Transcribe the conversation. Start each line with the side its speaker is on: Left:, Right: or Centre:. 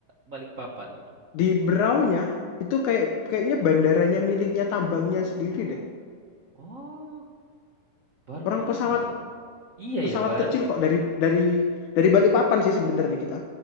Right: Balikpapan itu?
Left: Di Beraunya itu kayak kayaknya bandaranya miliknya tambangnya sendiri deh.
Right: Oh, baru
Left: Orang
Right: tahu
Left: pesawat
Right: aku. Iya
Left: pesawat
Right: ya, Bar.
Left: kecil kok dari dari dari Balikpapan sih sebenarnya kita.